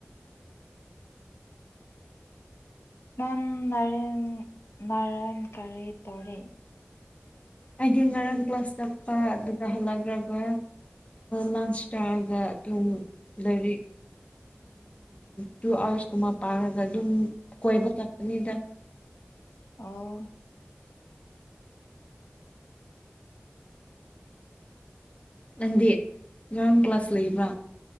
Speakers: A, on the left (about 70°); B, on the left (about 30°).
A: ꯅꯪ ꯅꯔꯦꯟ ꯅꯔꯟ ꯀꯔꯤ ꯇꯧꯔ‌ꯦ
B: ꯍꯥꯏꯗꯤ ꯉꯔꯥꯡ ꯀ꯭ꯂꯥꯁ ꯆꯠꯄ ꯑꯗꯨꯒ ꯍꯜꯂꯛꯈ꯭ꯔꯒ ꯂꯥꯟꯁ ꯇꯥꯔꯒ ꯑꯗꯨꯝ ꯂꯥꯏꯔꯤꯛ ꯇꯨ ꯑꯥꯋꯥꯔꯁꯀꯨꯝꯕ ꯄꯥꯔꯒ ꯑꯗꯨꯝ ꯀꯣꯏꯕ ꯆꯠꯄꯅꯤꯗ
A: ꯑꯎ
B: ꯅꯪꯗꯤ ꯉꯔꯥꯡ ꯀ꯭ꯂꯥꯁ ꯂꯩꯕ꯭ꯔꯥ